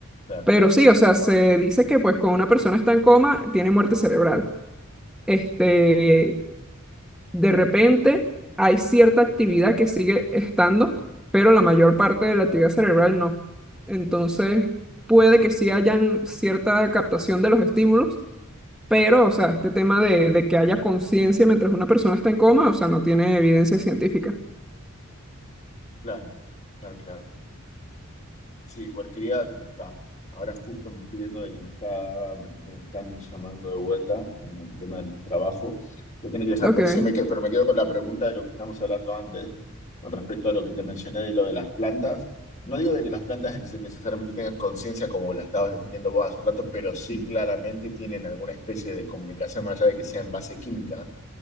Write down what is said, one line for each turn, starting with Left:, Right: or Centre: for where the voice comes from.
Left: claro,
Centre: Pero sí, o sea, se dice que, pues, cuando una persona está en coma, tiene muerte cerebral. Este, de repente hay cierta actividad que sigue estando, pero la mayor parte de la actividad cerebral no. Entonces, puede que sí hayan cierta captación de los estímulos, pero, o sea, este tema de, de que haya conciencia mientras una persona está en coma, o sea, no tiene evidencia científica.
Left: claro, claro, claro. Sí, cualquiera, ah, ahora justo me estoy viendo de que me está, me, me están llamando de vuelta en el tema del trabajo. Yo tengo que dejar,
Centre: Ok.
Left: pero sí me quedo, pero me quedo con la pregunta de lo que estamos hablando antes, con respecto a lo que te mencioné de lo de las plantas. No digo de que las plantas en- sí necesariamente tengan conciencia como la estabas definiendo vos hace un rato, pero sí claramente tienen alguna especie de comunicación más allá de que sea en base química.